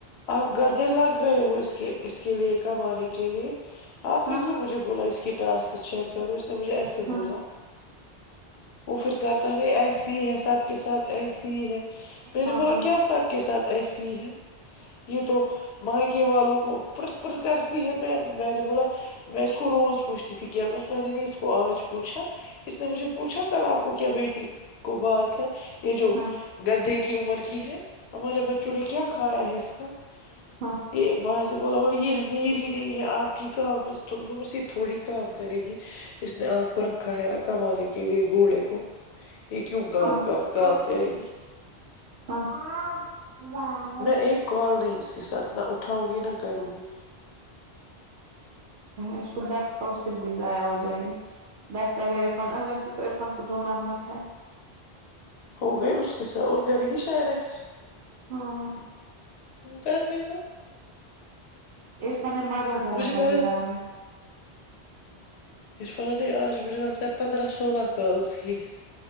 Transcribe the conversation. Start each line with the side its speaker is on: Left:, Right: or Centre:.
Left: آپ گدے لگ گئے ہو اس کے اس کے لیے کمانے کے لیے آپ نے
Right: ہاں
Left: کیوں مجھے بولا اس کے ٹاسکس چیک کرو اس نے مجھے ایسے
Right: ہاں
Left: بولا وہ پھر کرتا نہیں ایسی ہی ہے سب سب کے ساتھ ایسی ہی ہے میں نے
Right: ہاں
Left: بولو کیا سب کے ساتھ ایسی ہی ہے یہ تو مائکے والوں کو پر پر کرتی ہے میں میں نے بولا میں اس کو روز پوچھتی تھی کیا بس میں نے اس کو آج پوچھا اس نے مجھے پوچھا کل آپ کو کیا بیٹی کو بات ہے یہ جو
Right: ہاں ہاں
Left: گدے کی عمر کی ہے ہمارے بچوں نے کیا کھایا ہے اس کا
Right: ہاں
Left: یہ وہاں سے بولا یہ میری نہیں ہے آپ کی کہاں تھوڑی کام کرے گی اس نے آپ کو رکھا ہے نا کمانے کے لیے گھوڑے کو یہ کیوں
Right: ہاں
Left: کام
Right: ہاں
Left: کام کرے گی
Right: ہاں واہ
Left: میں ایک کال نہیں اس کے ساتھ نہ اٹھاؤں گی نہ کروں گی
Right: اس کو دس کال پھر بھی ضائع ہو جائے گی دس اگر عرفان ویسے تو عرفان کو دو نمبر ہے
Left: ہوگئی اس کے ساتھ اور کرے گی شاعرہ کے ساتھ
Right: ہاں
Left: کر لے تو
Right: عرفان نے مگا کا
Left: مجھے
Right: نمبر
Left: پہلے
Right: بھی لایا ہے
Left: عرفان ہے آج مجھے لگتا ہے پندرہ سولہ کالز کی